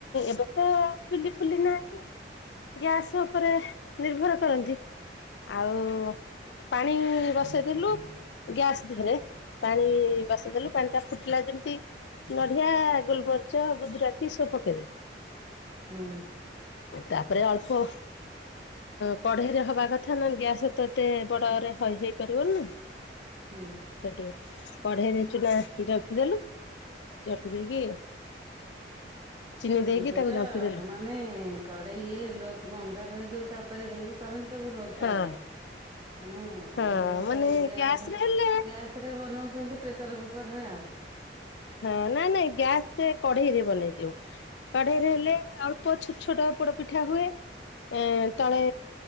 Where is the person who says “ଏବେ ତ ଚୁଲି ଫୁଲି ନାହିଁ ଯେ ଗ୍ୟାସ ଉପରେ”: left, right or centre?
Left